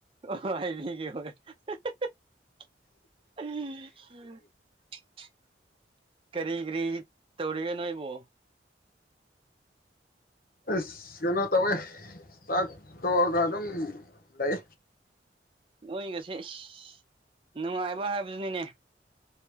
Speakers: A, on the right (about 30°); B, on the left (about 50°).
A: ꯑꯣ ꯍꯥꯏꯕꯤꯒꯦ ꯍꯣꯏ <unintelligible> ꯀꯔꯤ ꯀꯔꯤ ꯇꯧꯔꯤꯒꯦ ꯅꯣꯏꯕꯨ
B: ꯑꯁ ꯀꯩꯅꯣ ꯇꯧꯋꯦ ꯆꯥꯛ ꯇꯣꯛꯑꯒ ꯑꯗꯨꯝ ꯂꯩ
A: ꯅꯣꯏꯒꯁꯦ ꯏꯁ ꯅꯨꯡꯉꯥꯏꯕ ꯍꯥꯏꯕꯗꯨꯅꯤꯅꯦ